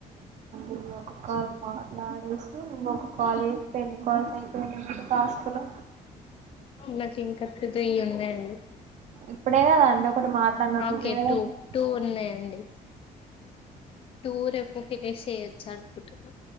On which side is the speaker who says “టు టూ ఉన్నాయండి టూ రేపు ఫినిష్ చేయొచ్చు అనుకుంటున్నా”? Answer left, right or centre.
Left